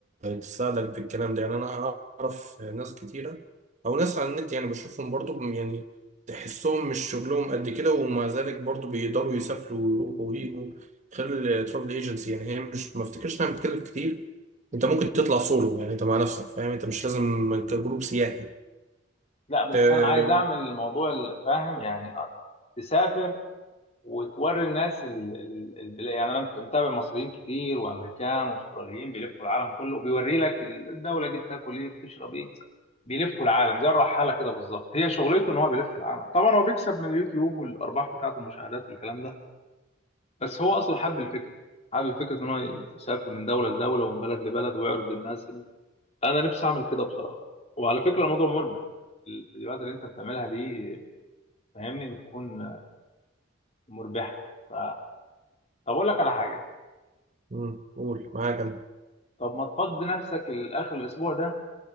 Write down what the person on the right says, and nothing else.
تساعدك بالكلام ده يعني انا اعرف ناس كتيره او ناس على النت يعني بشوفهم برضو يعني تحسهم مش شغلهم قد كده ومع ذلك برضو بيقدروا يسافروا ويروحوا ويجوا خلال الترافل ايجنسي يعني هي مش ما افتكرش انها بتكلف كتير انت ممكن تطلع سولو يعني انت مع نفسك فاهم انت مش لازم كجروب سياحي
أه...
مم، قول معاك انا